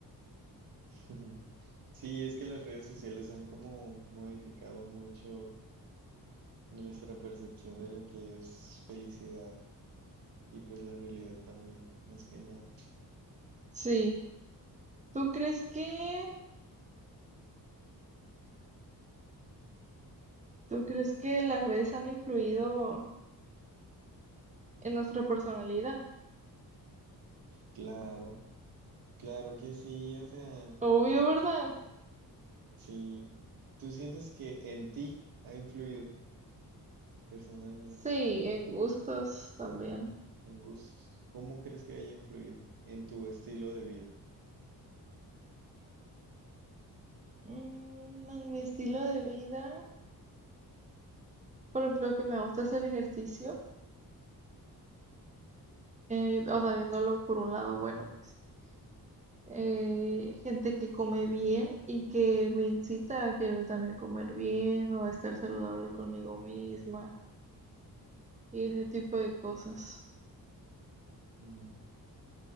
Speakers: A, on the right; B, on the right.
A: <laughs> Sí, es que las redes sociales han como modificado mucho nuestra percepción de lo que es felicidad y pues la realidad también, más que nada.
B: Sí. ¿Tú crees que, tú crees que las redes han influido? En nuestra personalidad.
A: Claro, claro que sí, o sea,
B: Obvio, ¿verdad?
A: sí, tú sientes que en ti ha influido personalmente,
B: Sí, en gustos también.
A: en gustos. ¿Cómo crees que haya influido en tu estilo de vida?
B: Mm, en mi estilo de vida, por ejemplo, que me gusta hacer ejercicio, eh, o sea, viéndolo por un lado bueno, pues. eh, gente que come bien y que me incita a querer también comer bien o a estar saludable conmigo misma y ese tipo de cosas.
A: Mm,